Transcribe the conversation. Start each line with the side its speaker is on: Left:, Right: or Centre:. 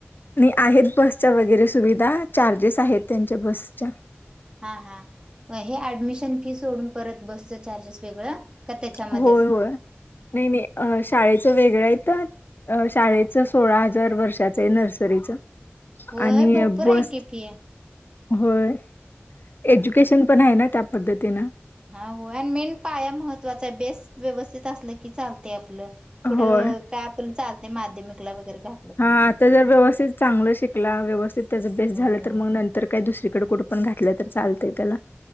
Left: आणि आहेत बसच्या वगैरे सुविधा चार्जेस आहेत त्यांच्या बसच्या
Right: हा हा हे ऍडमिशन फी सोडून परत बसचं चार्जेस वेगळं. का त्याच्यामध्येच?
Left: होय होय नाही नाही शाळेचं वेगळं आहे तर अ शाळेचं सोळा हजार वर्षाचं आहे नर्सरीचं
Right: होय
Left: आणि
Right: भरपूर
Left: बस
Right: आहे की फी.
Left: होय एज्युकेशन पण आहे ना त्या पद्धतीनं
Right: हा हो आणि मेन पाया महत्त्वाचा आहे बेस व्यवस्थित असला की चालते आपलं पुढं
Left: होय
Right: काय आपर्यंत चालते माध्यमिकला वगैरे का
Left: हा आता जर व्यवस्थित चांगलं शिकला व्यवस्थित त्याचं बेस्ट
Right: हो
Left: झालं
Right: हो
Left: तर मग नंतर तर काही दुसरीकडे कठे पण घातलंय तर चालतंय त्याला